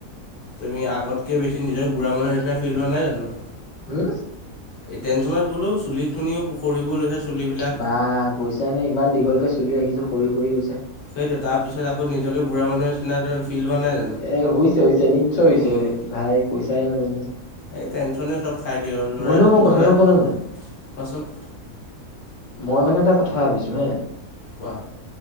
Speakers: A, on the left; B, on the left.
A: তুমি আগতক বেছি নিজৰ বু়ঢ়া মানুহ নিচনা ফিল হোৱা নাই জানো।
B: উম'।
A: এই টেনশ্যনত বোলোও চুলিখিনিও সৰিব লৈছে। চুলিবিলাক
B: বাঃ কৈছাই নে ইমান দীঘলকৈ চুলি ৰাখিছোঁ সৰি-সৰি গৈছে।
A: সেইটোয়ে, তাৰপিছত আকৌ নিজকে বুঢ়া মানুহৰ নিচিনা ধৰ ফিল হোৱা নাই জানো।
B: এ' হৈছে-হৈছে, নিশ্চয় হৈছে,
A: উম
B: ভাই কৈছাই নে তুমি।
A: এই টেন্যশনে চব খাই দিয়ে আৰু। ল'ৰাৰ,
B: বন্ধু মোৰ
A: ল'ৰাৰ,
B: কথাটো শুনা না
A: কোৱাচোন?
B: মই মানে এটা কথা ভাবিছোঁ হেঁ।
A: কোৱা?